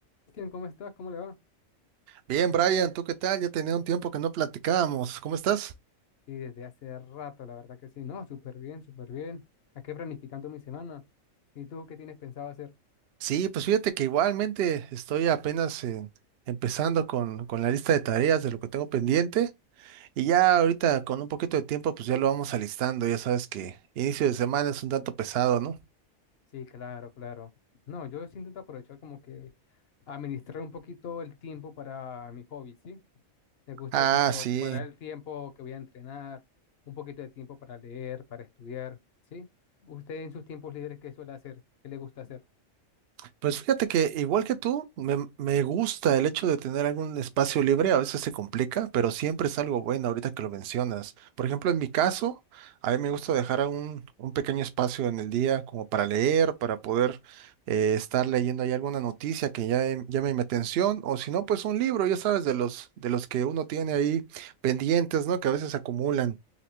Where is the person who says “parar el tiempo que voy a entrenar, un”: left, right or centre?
Left